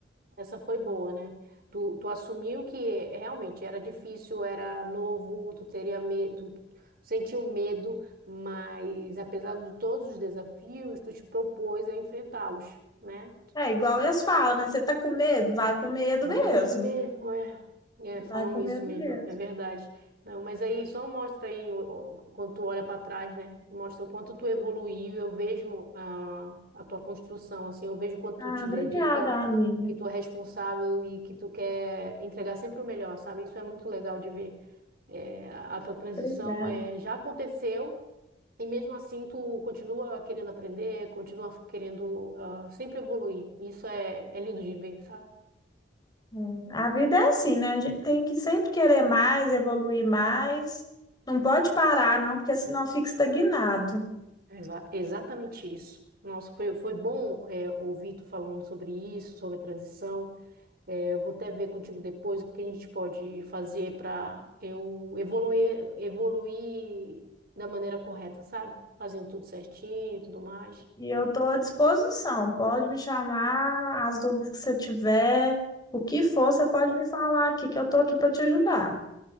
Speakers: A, on the right; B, on the left.
A: Essa foi boa, né? Tu, tu assumiu que realmente era difícil, era novo, tu teria medo, tu sentiu medo, mas apesar de todos os desafios, tu te propôs a enfrentá-los, né?
B: É igual eles falam, né? Você tá com medo? Vai com medo
A: Vai
B: mesmo.
A: comendo mesmo, é. É, falam
B: Vai com medo
A: isso mesmo,
B: mesmo.
A: é verdade. Não, mas aí só mostra aí o- o- quando tu olha para trás, né? Mostra o quanto tu evoluiu. Eu vejo a, a tua construção, assim, eu vejo quanto
B: Ah,
A: tu te
B: obrigada,
A: dedica
B: amiga.
A: e que tu é responsável e que tu quer entregar sempre o melhor, sabe? Isso é muito legal de ver. É, a tua transição
B: Obrigada.
A: é, já aconteceu e mesmo assim tu continua querendo aprender, continua querendo ah, sempre evoluir. Isso é, é lindo de ver, sabe?
B: É. A vida é assim, né? A gente tem que sempre querer mais, evoluir mais. Não pode parar, não, porque senão fica estagnado.
A: Exa- Exatamente isso. Nossa, foi, foi bom é, ouvir tu falando sobre isso, sobre a transição. É, eu vou até ver contigo depois o que a gente pode fazer para eu evoluir, evoluir da maneira correta, sabe? Fazendo tudo certinho e tudo mais.
B: E eu estou à disposição. Pode me chamar, as dúvidas que você tiver, o que for, você pode me falar aqui, que eu estou aqui para te ajudar.